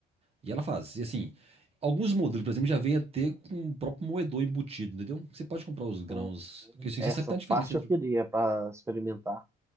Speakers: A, on the right; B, on the right.
A: e ela faz. E assim, alguns modelos, por exemplo, já vem a ter com o próprio moedor embutido, entendeu? Você pode comprar os grãos.
B: Hum,
A: Porque assim,
B: Essa
A: você sabe que tá a diferença
B: parte
A: entre.
B: eu queria
A: sim
B: pra experimentar.